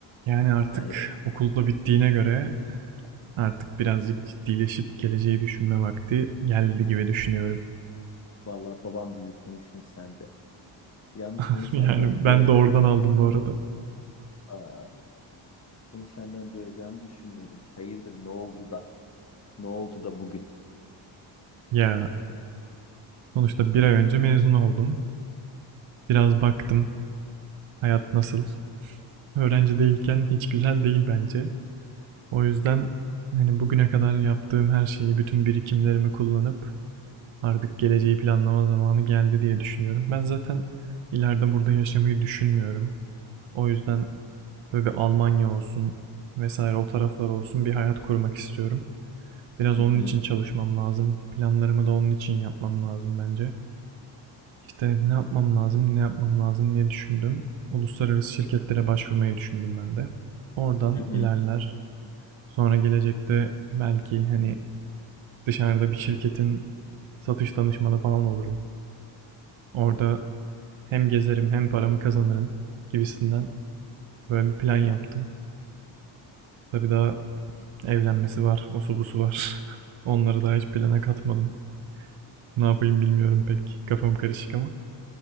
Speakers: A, on the right; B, on the left.
A: Yani artık
B: Yani
A: okulda bittiğine göre artık birazcık ciddileşip geleceği düşünme vakti geldi gibi düşünüyorum.
B: vallahi babam gibi konuştun sen de. Yalnız
A: <laughs>
B: bunu senden
A: Yani
B: duya
A: ben de oradan aldım bu arada.
B: Aa, bunu senden duyacağımı düşünmüyordum. Hayırdır ne oldu da? Ne oldu da bugün?
A: Ya sonuçta bir ay önce mezun oldum. Biraz baktım hayat nasıl. Öğrenci değilken hiç güzel değil bence. O yüzden hani bugüne kadar yaptığım her şeyi, bütün birikimlerimi kullanıp Artık geleceği planlama zamanı geldi diye düşünüyorum. Ben zaten ileride burada yaşamayı düşünmüyorum. O yüzden böyle bir Almanya olsun vesaire o taraflar olsun bir hayat kurmak istiyorum. Biraz
B: Hı
A: onun
B: hı,
A: için çalışmam lazım. Planlarımı da onun için yapmam lazım bence. İşte ne yapmam lazım, ne yapmam lazım diye düşündüm. Uluslararası şirketlere başvurmayı düşündüm ben de. Oradan
B: hı hı.
A: ilerler. Sonra gelecekte belki hani dışarıda bir şirketin satış danışmanı falan olurum. Orada hem gezerim hem paramı kazanırım gibisinden böyle bir plan yaptım. Tabii daha evlenmesi var, osu busu var. <laughs> Onları daha hiç plana katmadım. Ne yapayım bilmiyorum pek. Kafam karışık ama.